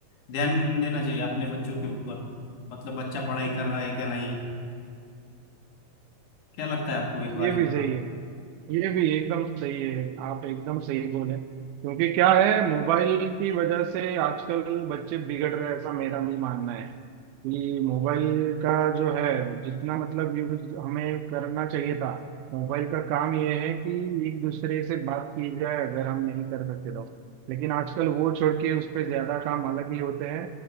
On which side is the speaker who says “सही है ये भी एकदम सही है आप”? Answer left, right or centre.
Right